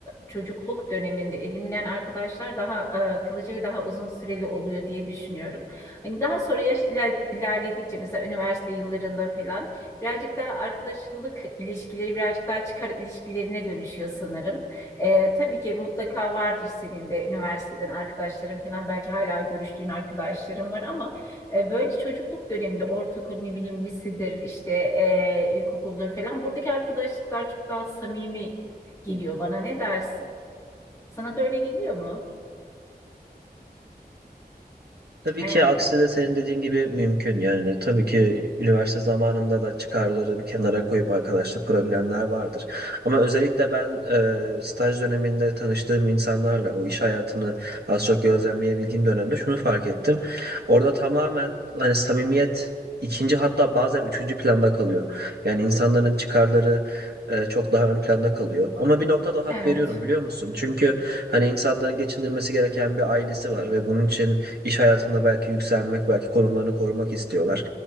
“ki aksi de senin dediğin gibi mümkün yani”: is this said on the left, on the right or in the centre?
Right